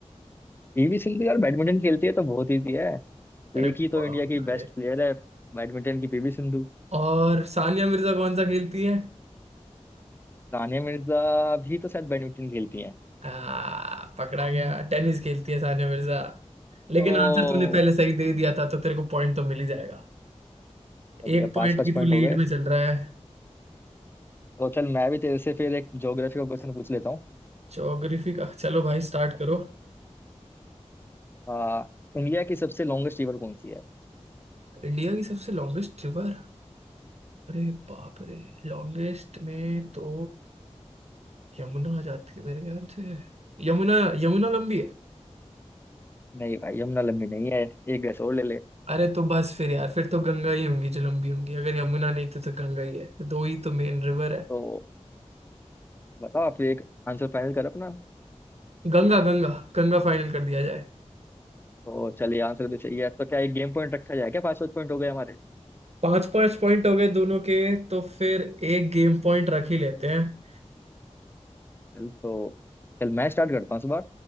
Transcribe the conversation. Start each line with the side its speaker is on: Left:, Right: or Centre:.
Left: पीवी सिंधु यार बैडमिंटन खेलती है तो बहुत इजी है
Right: अरे
Left: एक ही तो
Right: बाप
Left: इंडिया की
Right: रे
Left: बेस्ट प्लेयर है बैडमिंटन की पीवी सिंधु
Right: और सानिया मिर्जा कौन सा खेलती है
Left: सानिया मिर्जा भी तो शायद बैडमिंटन खेलती हैं
Right: आ, पकड़ा गया टेनिस खेलती है सानिया मिर्जा
Left: ओ
Right: लेकिन आंसर तूने पहले सही दे दिया था तो तेरे को पॉइंट तो मिल ही जाएगा
Left: तो ठीक
Right: एक
Left: है
Right: पॉइंट
Left: पाँच पाँच
Right: की
Left: पॉइंट
Right: तू लीड
Left: हो गए
Right: में चल रहा है
Left: तो चल मैं भी तेरे से फिर एक ज्योग्राफी का क्वेश्चन पूछ लेता हूँ
Right: ज्योग्राफी का चलो भाई स्टार्ट करो
Left: आ, इंडिया की सबसे लॉन्गेस्ट रिवर कौन सी है
Right: इंडिया की सबसे लॉन्गेस्ट रिवर अरे बाप रे लॉन्गेस्ट में तो यमुना आ जाती है मेरे ख्याल से यमुना यमुना लंबी है
Left: नहीं भाई यमुना लंबी नहीं है एक गैस और ले ले
Right: अरे तो बस फिर यार फिर तो गंगा ही होंगी जो लंबी होंगी अगर यमुना नहीं तो, तो गंगा ही है दो ही तो मेन रिवर है
Left: तो बताओ आप एक आंसर फाइनल कर अपना
Right: गंगा गंगा गंगा फाइनल कर दिया जाए
Left: तो चलिए आंसर भी सही है तो क्या एक गेम पॉइंट रखा जाए क्या पाँच पाँच पॉइंट हो गए हमारे
Right: पांच पांच पॉइंट हो गए दोनों के तो फिर एक गेम पॉइंट रख ही लेते हैं
Left: चल तो चल मैं स्टार्ट करता हूँ इस बार